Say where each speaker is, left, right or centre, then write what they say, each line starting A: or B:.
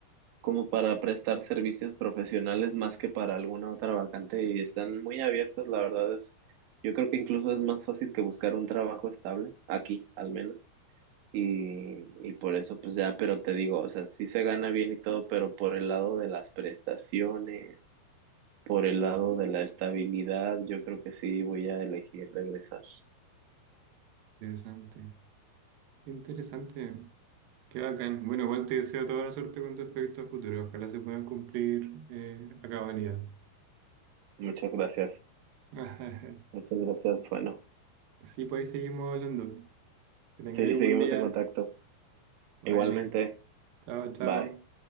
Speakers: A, on the right (about 85°); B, on the right (about 65°).
A: como para prestar servicios profesionales más que para alguna otra vacante y están muy abiertos, la verdad es, yo creo que incluso es más fácil que buscar un trabajo estable, aquí al menos, y, y por eso pues ya, pero te digo, o sea, sí se gana bien y todo, pero por el lado de las prestaciones por el lado de la estabilidad, yo creo que sí voy a elegir regresar.
B: Interesante. Qué interesante. Qué bacán. Bueno, igual te deseo toda la suerte con respecto a futuro. Ojalá se puedan cumplir eh, a cabalidad.
A: Muchas gracias.
B: <laughs>
A: Muchas gracias. Bueno,
B: Sí, pues ahí seguimos hablando. Que tengáis
A: sí,
B: un
A: seguimos
B: buen día.
A: en contacto.
B: Bye,
A: Igualmente,
B: Nene. Chao, chao.
A: bye.